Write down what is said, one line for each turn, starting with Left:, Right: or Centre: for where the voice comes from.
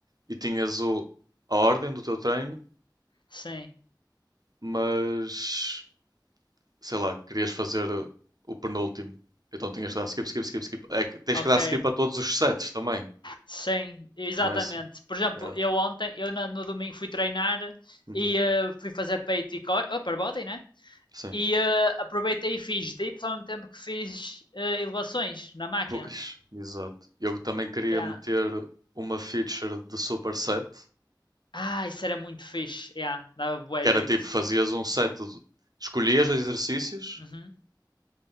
Right: e tinhas o, a ordem do teu treino,
Left: Sim.
Right: mas sei lá, querias fazer o penúltimo. Então tinhas de dar skip, skip, skip, skip. É que tens
Left: Ok.
Right: que dar skip a todos os sets também,
Left: Sim, exatamente.
Right: não é isso?
Left: Por exemplo,
Right: É.
Left: eu ontem, eu na- no domingo fui treinar
Right: Uhum.
Left: e eh, fui fazer peito e co- oh, upper body, né?
Right: Sim.
Left: E eh, aproveitei e fiz dips ao mesmo tempo que fiz eh, elevações na máquina.
Right: Pois, exato. Eu também queria
Left: Yeah.
Right: meter uma feature de superset
Left: Ah, isso era muito fixe. Yeah, dava bué
Right: Que
Left: jeito.
Right: era tipo, fazias um set, de- escolhias os exercícios,
Left: Uhum.